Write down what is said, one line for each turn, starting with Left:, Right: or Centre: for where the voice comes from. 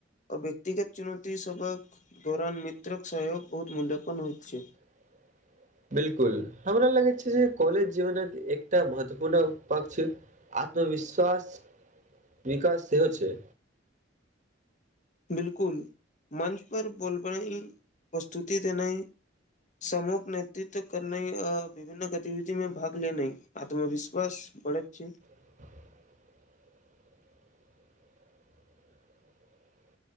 Left: आ व्यक्तिगत चुनौती सभक दौरान मित्रक सहयग बहुत मूल्यपन्न होइत छैय।
Right: <unintelligible> बिलकुल हमरा लागै छैय जे कलेज जीवन एकटा महत्वपूर्ण पक्ष आत्मविश्वास विकास सेहो छैय।
Left: बिलकुल मंच पर बोलबई प्रस्तुति देनाय समूह नेतृत्व करनैय आ विभिन्न गतिविधि मे भाग लेने आत्मविश्वास <unintelligible>
Right: <unintelligible>